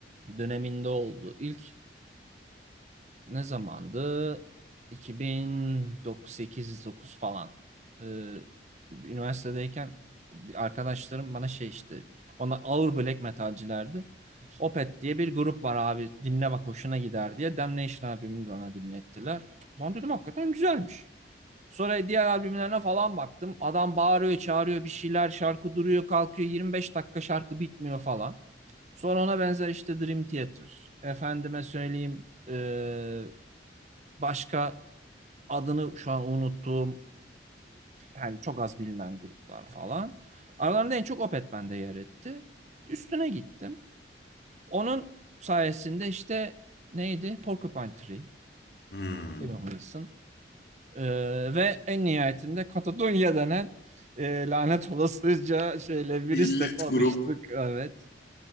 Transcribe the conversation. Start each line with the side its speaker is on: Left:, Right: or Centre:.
Right: döneminde oldu. İlk ne zamandı? 2008-9 falan. Eee, üniversitedeyken arkadaşlarım bana şey işte ona ağır black metalcilerdi. Opet diye bir grup var abi dinle bak hoşuna gider diye Damnation abimi bana dinlettiler. Lan dedim hakikaten güzelmiş. Sonra diğer albümlerine falan baktım. Adam bağırıyor, çağırıyor bir şeyler, şarkı duruyor, kalkıyor. 25 dakika şarkı bitmiyor falan. Sonra ona benzer işte Dream Theater. Efendime söyleyeyim e, başka adını şu an unuttuğum yani çok az bilinen gruplar falan. Aralarında en çok Opeth bende yer etti. Üstüne gittim. Onun sayesinde işte neydi? Porcupine Tree,
Left: Hmm.
Right: Evan Wilson. Ee, ve en nihayetinde Katadunya denen e, lanet olasıca şeyle virüsle
Left: İllet
Right: tanıştık.
Left: grup.
Right: Evet.